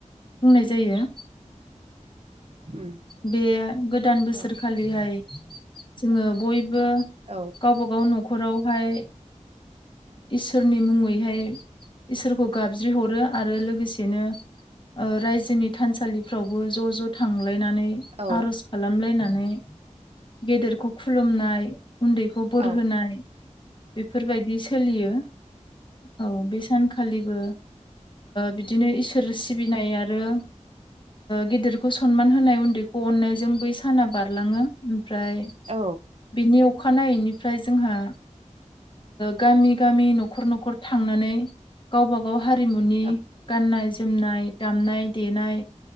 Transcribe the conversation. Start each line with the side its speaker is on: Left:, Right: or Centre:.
Left: बुंनाय जायो।
Right: उम।
Left: बे गोदान बोसोरखालिहाय
Right: औ
Left: जोङो बयबो
Right: औ।
Left: गावबा गाव न'खरावहाय इसोरनि मुङैहाय इसोरखौ गाबज्रि हरो आरो लोगोसेनो ओ रायजोनि थानसालिफ्रावबो ज' ज' थांलायनानै
Right: औ
Left: आर'ज खालामलायनानै गेदेरखौ खुलुमनाय उन्दैखौ बोरहोनाय
Right: औ
Left: बेफोरबायदि सोलियो औ बे सानख खालिबो बिदिनो इसोर सिबिनाय आरो गेदिरखौ सनमान होनाय उन्दैखौ अननायजों बै साना बारलाङो। ओमफ्राय
Right: औ
Left: बिनि अ अखानायैनिफ्राय जोंहा गामि गामि न'खर न'खर थांनानै गावबा गाव हारिमुनि
Right: औ
Left: गाननाय जोमनाय दामनाय देनाय